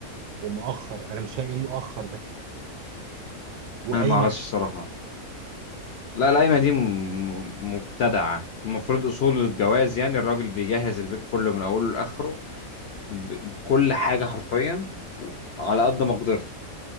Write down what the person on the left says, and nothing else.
أنا ما أعرفش الصراحة لا القايمة دي م- م- مبتدعة المفروض أصول الجواز يعني الراجل بيجهز البيت كله من أوله لآخره ب- بكل حاجة حرفيا و- على قد مقدرته